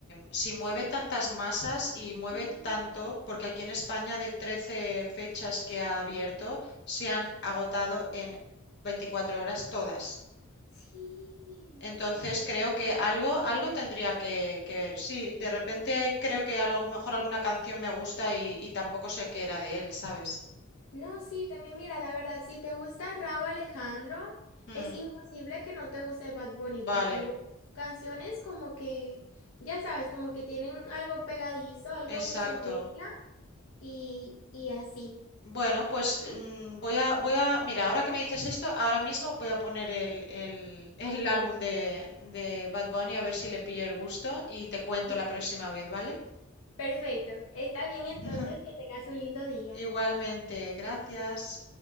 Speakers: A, on the left (about 55°); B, on the left (about 80°).
A: si mueve
B: ¿Sí?
A: tantas masas y mueve
B: Mm,
A: tanto, porque aquí en España de trece fechas que ha abierto, se han
B: Sí,
A: agotado en 24 horas todas.
B: Sí, no,
A: Entonces
B: no, ya-
A: creo que
B: ay,
A: algo, algo tendría que, que ver. Sí, de repente creo que a lo mejor alguna canción me gusta y, y tampoco sé qué era de él, ¿sabes?
B: No, sí, también mira, la verdad, si te gusta Rauw Alejandro,
A: Mm,
B: es imposible que no te guste Bad Bunny,
A: vale,
B: porque algunas canciones como que, ya sabes, como que tienen algo pegadizo, algo
A: exacto.
B: que se mezcla Y, y así.
A: Bueno, pues mm, voy a, voy a, mira, ahora que me dices esto, ahora mismo voy a poner el, el- el álbum de, de Bad Bunny a ver si le pillo el gusto y te cuento
B: Sí.
A: la próxima vez, ¿vale?
B: Perfecto. Está bien entonces
A: <laughs>
B: que tengas un lindo día.
A: Igualmente, gracias.